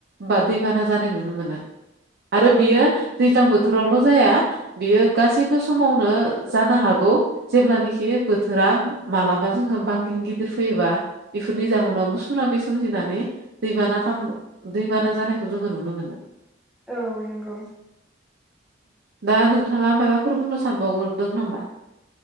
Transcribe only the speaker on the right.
बा दैबाना जानाय नुनो मोनो। आरो
बियो
दैज्लां बोथोरावल' जाया बियो गासैबो समावनो जानो हागौ जेब्लानोखि बोथोरा मालाबा जोङो बांग्रिं गिदिर फैयोबा बेफोरनि जाहोनावबो सुनामि सोमजिनानै दैबाना खामो। दैबाना जानायखौ जोङो नुनो मोनो।
दा नोंथाङा माबाफोर बुंनो सानबावदों नामा